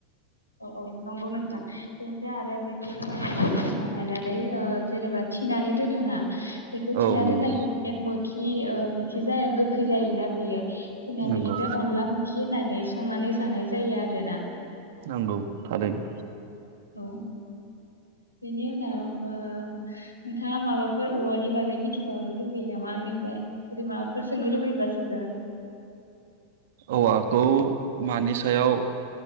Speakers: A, on the left; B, on the right.
A: औ औ नंगौ नोंथां। बेनिफ्राय आरो बेखौनो माने बानायनानै ओ जेनेबा थिनानै दोनोना। बेखौ
B: औ
A: थिना
B: नंगौ
A: दोननायखौ मोखि ओ मो खि जाया गोखै जायोना बेयो। जोंना
B: नंगौ
A: बेनिफ्राय अनला फाखि होनानै। संनानै जानाय जायो आरोना।
B: नंगौ। थारैनो।
A: औ बेनि उनाव ओ नोंथाङा माबाफोर औवानि बागै मिथिबावनो लुबैयो नामा आंनिफ्राय जुदि माबाफोर सोंनो लुबैयोबा सोंजा।
B: औवाखौ मानि सायाव।